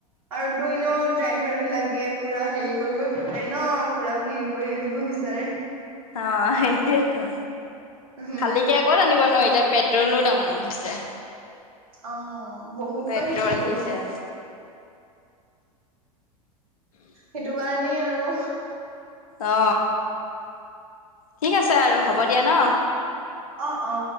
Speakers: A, on the right; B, on the left.
A: আৰু তোৰ এনেও ড্ৰাইভাৰ বিলাকে পুৰা হেৰি কৰিব বিচাৰে ন পুৰা ভিৰ কৰি আনিব বিচাৰে
B: অ সেইটোয়েইতো
A: উম
B: খালীকে ক'ত আনিব নো এতিয়া পেট্ৰলো দাম হৈছে
A: অ বহুত
B: পেট্ৰল
A: বাঢ়িছেতো
B: ডিজেল
A: সেইটো কাৰণেই আৰু
B: অ ঠিক আছে আৰু হ'ব দিয়া ন
A: অ অ।